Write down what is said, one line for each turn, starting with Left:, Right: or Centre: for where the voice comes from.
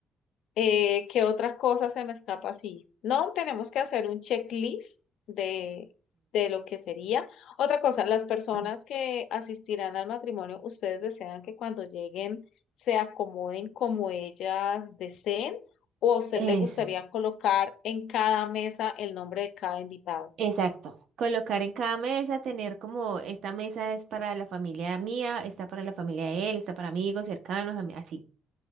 Left: Eh, ¿qué otra cosa se me escapa así? No, tenemos que hacer un checklist de, de lo que sería. Otra cosa, las personas
Right: Ujú.
Left: que asistirán al matrimonio, ¿ustedes desean que cuando lleguen se acomoden como ellas deseen? ¿O a usted
Right: Eso.
Left: le gustaría colocar en cada mesa el nombre de cada invitado?
Right: Exacto. Colocar en cada mesa, tener como esta mesa es para la familia mía, esta para la familia de él, esta para amigos cercanos, ami- así,